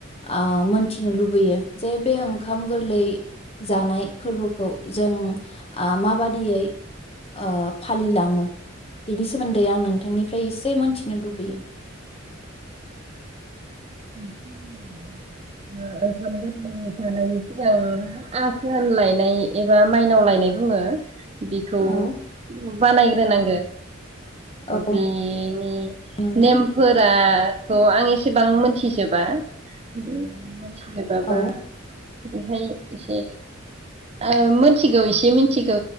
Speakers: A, on the left; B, on the right.
A: आ मोनथिनो लुबैयो जे बे ओंखाम गोरलै जानाय फोर्बोखौ जों आ माबादियै ओ फालिलाङो बेनि सोमोन्दै आं नोंथांनिफ्राय एसे मोनथिनो लुबैयो
B: ओ ओंखाम गोरलै जानायनि सिगां आथोन लायनाय एबा माइनाव लायनाय बुङो बिखौ
A: औ
B: बानायग्रा <unintelligible> ओ
A: औ
B: बेनि
A: नोंथां
B: नेमफोरा खौ आं एसेबां मोन थिजोबा <unintelligible> सोरबाबा
A: औ
B: बिदिहाय एसे ओ मिथिगौ एसे मिथिगौ